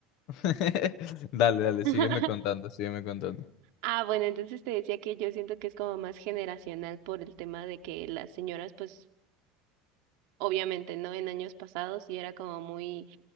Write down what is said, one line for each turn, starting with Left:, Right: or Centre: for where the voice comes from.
Left: <laughs> Dale, dale,
Right: <laughs>
Left: sígueme contando, sígueme contando.
Right: Ah, bueno, entonces te decía que yo siento que es como más generacional por el tema de que las señoras, pues, obviamente, ¿no? En años pasados y era como muy,